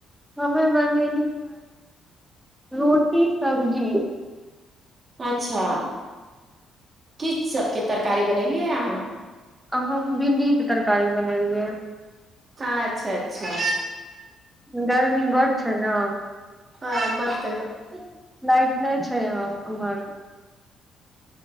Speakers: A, in the centre; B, on the right (about 25°).
A: हममे मनै रोटी सबब्जी
B: अच्छा कि सबके तरकारी बनेलियै आहाँ
A: आहाँ भिण्डीके तरकारी बनेलियै
B: अच्छा अच्छा
A: गर्मी बड छै ने
B: आ मत कहहिौ
A: लाइट नै छै छै ह हमर